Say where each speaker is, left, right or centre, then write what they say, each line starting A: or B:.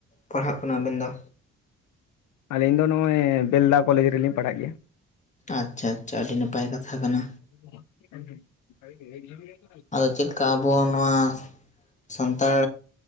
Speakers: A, on the left (about 25°); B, on the left (about 80°).
A: ᱯᱟᱲᱦᱟᱜ ᱠᱟᱱᱟ ᱟᱵᱮᱱ ᱫᱚ
B: ᱟᱹᱞᱤᱧ ᱫᱚ ᱱᱚᱜᱼᱚᱭ ᱵᱮᱞᱫᱟ ᱠᱚᱞᱮᱡᱽ ᱨᱮᱞᱤᱧ ᱯᱟᱲᱦᱟᱜ ᱜᱮᱭᱟ
A: ᱟᱪᱪᱷᱟ ᱟᱪᱪᱷᱟ ᱟᱹᱰᱤ ᱱᱟᱯᱟᱭ ᱠᱟᱛᱷᱟ ᱠᱟᱱᱟ
B: <inaudible>
A: ᱟᱫᱚ ᱪᱮᱫᱠᱟ ᱟᱵᱚ ᱱᱚᱣᱟ ᱥᱟᱱᱛᱟᱲ